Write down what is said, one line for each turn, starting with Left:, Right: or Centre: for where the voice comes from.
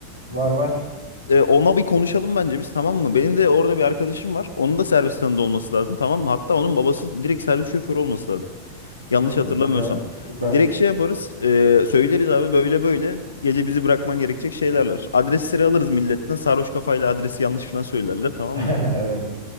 Right: var var.
Left: Ee, ona bir konuşalım bence biz tamam mı? Benim de orada bir arkadaşım var. Onun da servis tanıdığı olması lazım tamam mı? Hatta onun babası direkt servis şoförü olması lazım. Yanlış
Right: Hı, Yanlış
Left: hatırlamıyorsam.
Right: güzel. hatırlamıyorsam. Süper.
Left: Direkt şey yaparız. e, söyleriz abi böyle böyle. Gece bizi bırakman gerekecek şeyler var. Adresleri alırız milletten. Sarhoş kafayla adresi yanlış falan söylerler tamam
Right: <laughs>
Left: mı?
Right: Evet.